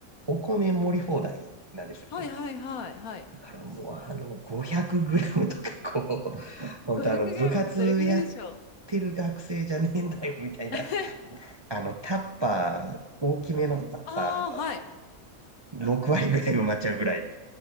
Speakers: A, on the right; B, on the left.
A: お米盛り放題なんですよね。
B: はいはいはいはい。
A: だからもうあの、500グラムとかこう、<laughs> 本当あの、
B: 500グラムってどれくらいでしょう
A: 部活やってる学生じゃねえんだよみたいな、
B: <laughs>
A: あの、タッパー、大きめのタッパ
B: ああ、はい。
A: ー、6割ぐらい埋まっちゃうぐらいの。